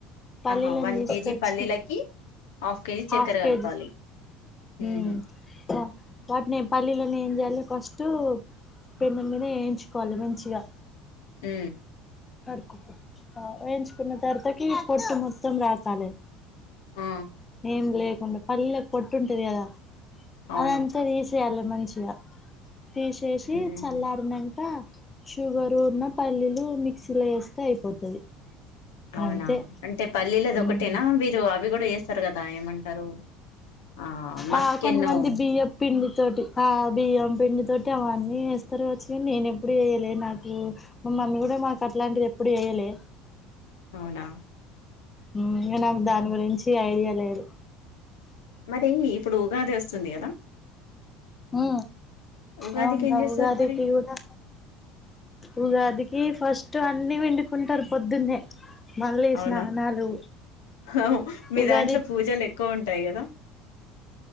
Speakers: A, on the left; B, on the left.
A: పల్లీలను
B: ఆహా వన్
A: తీసుకచ్చి
B: కేజీ పల్లీలకి హాఫ్ కేజీ
A: హాఫ్
B: చక్కెర
A: కేజీ
B: కలపాలి ఉహు
A: ఉ హ వాటి నే పల్లీలనే ఏం చేయాలి ఫస్ట్ పెన్నం మీద వేయించుకోవాలి మంచిగా
B: ఉ
A: కడుకాపో ఆ వేయించుకున్న తర్వాతకి పొట్టు మొత్తం రాల్పాలే
B: ఆ
A: ఏం లేకుండా పల్లీలకు పొట్టు ఉంటది కదా
B: అవును
A: అది అంత తీసు తేయాలే మంచిగా తీసేసి
B: ఉహు
A: చల్లారినంకా షుగర్ ఉన్న పల్లీలు మిక్సీలో వేస్తే అయిపోతది
B: అవునా
A: అంతే
B: అంటే పల్లీలది
A: హ్మ్
B: ఒకటేనా మీరు అవి కూడా చేస్తారు కదా ఏమం టారు ఆ మక్కెను
A: ఆ కొంతమంది బియ్యం పిండి తోటి ఆ బియ్యం పిండి తోటి అవన్నీ వేస్తారు కవచ్చు నేను ఎప్పుడు వేయాలే నాకు మమ్మీ కూడా మాకు అట్లాంటివి ఎప్పుడు ఎయ్యాలే
B: అవునా
A: మ్మ్ నాకు దాని గురించి ఐడియా లేదు
B: మరి ఇప్పుడు ఉగాది వస్తుంది కదా
A: ఆ
B: ఉగాదికి
A: అవును
B: ఏం చేస్తారు
A: ఉగాదికి
B: మరి
A: కూడా ఉగాది ఈ ఫస్ట్ అన్నీ పిండుకుంటారు పొద్దున్నే మళ్ళీ
B: అవునా
A: స్నానాలు
B: అవు మీ
A: ఉగాది
B: దాంట్లో పూజలు ఎక్కువ ఉంటాయి కదా